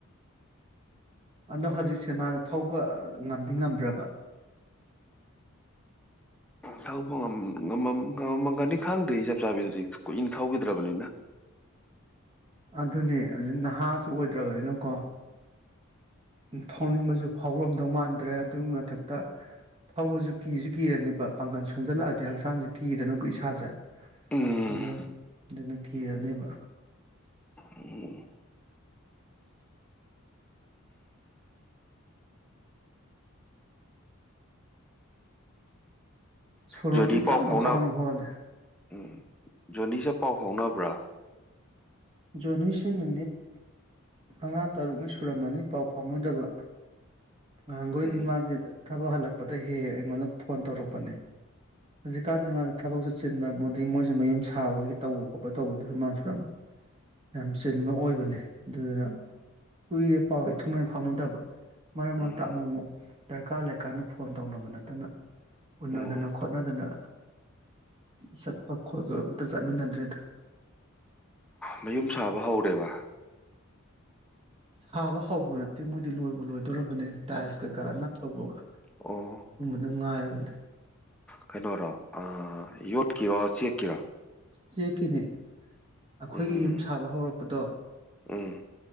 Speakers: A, on the right; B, in the centre.
A: ꯑꯗꯣ ꯍꯧꯖꯤꯛꯁꯦ ꯃꯥꯅ ꯊꯧꯕ ꯉꯝꯗꯤ ꯉꯝꯕ꯭ꯔꯕ
B: ꯊꯧꯕ ꯉꯃ ꯉꯃꯝ ꯉꯝꯃꯒꯅꯤ ꯈꯪꯗꯦ ꯆꯞ ꯆꯥꯕꯤꯗꯨꯗꯤ ꯀꯨꯏꯅ ꯊꯧꯈꯤꯗ꯭ꯔꯕꯅꯤꯅ
A: ꯑꯗꯨꯅꯦ ꯍꯧꯖꯤꯛ ꯅꯍꯥꯁꯨ ꯑꯣꯏꯗ꯭ꯔꯕꯅꯤꯅꯀꯣ ꯊꯧꯅꯤꯡꯕꯁꯨ ꯐꯥꯎꯔꯝꯗꯧ ꯃꯥꯟꯗ꯭ꯔꯦ ꯑꯗꯨꯒꯤ ꯃꯊꯛꯇ ꯊꯧꯕꯁꯨ ꯀꯤꯁꯨ ꯀꯤꯔꯅꯦꯕ ꯄꯥꯡꯒꯜ ꯁꯣꯟꯖꯜꯂꯛꯑꯗꯤ ꯍꯛꯆꯥꯡꯁꯦ ꯀꯤꯗꯅ ꯏꯁꯥꯁꯦ
B: ꯎꯝ
A: ꯑꯗꯨꯅ ꯑꯗꯨꯅꯦ ꯀꯤꯔꯅꯦꯕ
B: ꯎꯝ
A: ꯁꯣꯔ
B: ꯖꯣꯅꯤ
A: ꯃꯄꯤ
B: ꯄꯥꯎ
A: ꯆꯥꯎꯅ
B: ꯐꯥꯎꯅ
A: ꯆꯥꯎꯅ ꯍꯣꯜꯂꯦ
B: ꯎꯝ ꯖꯣꯅꯤꯁꯦ ꯄꯥꯎ ꯐꯥꯎꯅꯕ꯭ꯔꯥ
A: ꯖꯣꯅꯤꯁꯤ ꯅꯨꯃꯤꯠ ꯃꯉꯥ ꯇꯔꯨꯛꯅꯤ ꯁꯨꯔꯝꯃꯅꯤ ꯄꯥꯎ ꯐꯥꯎꯅꯗꯕ ꯉꯍꯥꯡꯒꯣꯏꯗꯤ
B: ꯎꯝ
A: ꯃꯥꯁꯦ ꯊꯕꯛ ꯍꯜꯂꯛꯄꯗ ꯍꯦꯛ ꯍꯦꯛ ꯑꯩꯉꯣꯟꯗ ꯐꯣꯟ ꯇꯧꯔꯛꯄꯅꯦ ꯍꯧꯖꯤꯛꯀꯥꯟꯁꯤ ꯃꯥꯅ ꯊꯕꯛꯁꯨ ꯆꯤꯟꯕ ꯃꯗꯩ ꯃꯣꯏꯁꯨ ꯃꯌꯨꯝ ꯁꯥꯕꯒꯤ ꯇꯧꯕ ꯈꯣꯠꯄ ꯇꯧꯕꯗꯨꯗ ꯃꯥꯁꯨ ꯌꯥꯝ ꯌꯥꯝ ꯆꯤꯟꯕ ꯑꯣꯏꯕꯅꯦ ꯑꯗꯨꯗꯨꯅ ꯀꯨꯏꯔꯦ ꯄꯥꯎ ꯏꯊꯨꯡꯅꯨꯉꯥꯏ ꯐꯥꯎꯅꯗꯕ ꯃꯔꯛ
B: ꯎꯝ
A: ꯃꯔꯛꯇ ꯑꯃꯨꯛ ꯑꯃꯨꯛ ꯗꯔꯀꯥꯔ ꯂꯩꯀꯥꯟꯗ ꯐꯣꯟ ꯇꯧꯅꯕ ꯅꯠꯇꯅ ꯎꯅꯗꯅ
B: ꯎꯝ
A: ꯈꯣꯠꯅꯗꯅ ꯆꯠꯄ ꯈꯣꯏꯕ ꯑꯝꯛꯇ ꯆꯠꯃꯤꯟꯅꯗ꯭ꯔꯦꯗ
B: ꯃꯌꯨꯝ ꯁꯥꯕ ꯍꯧꯔꯦꯕ
A: ꯁꯥꯕ ꯍꯧꯎꯔꯗꯤ ꯃꯣꯏꯗꯤ ꯂꯣꯏꯕꯨ ꯂꯣꯏꯗꯣꯔꯕꯅꯤ ꯇꯥꯏꯜꯁ ꯀꯩꯀꯥꯒ ꯅꯞ ꯇꯧꯕꯒ
B: ꯑꯣ
A: ꯗ ꯉꯥꯏꯔꯕꯅꯦ
B: ꯀꯩꯅꯣꯔꯣ ꯑ ꯌꯣꯠ ꯀꯤꯋꯥ ꯆꯦꯛ ꯀꯤꯔꯥ
A: ꯆꯦꯛꯀꯤꯅꯦ ꯑꯩꯈꯣꯏꯒꯤ
B: ꯎꯝ
A: ꯌꯨꯝ ꯁꯥꯕ ꯍꯧꯔꯛ ꯑꯗꯣ
B: ꯎꯝ